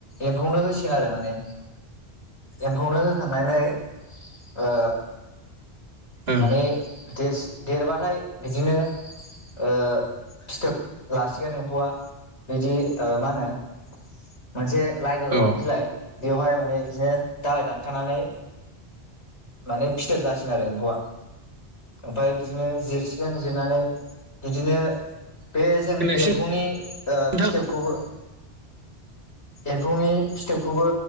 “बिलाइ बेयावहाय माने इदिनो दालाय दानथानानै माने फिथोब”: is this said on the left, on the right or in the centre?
Left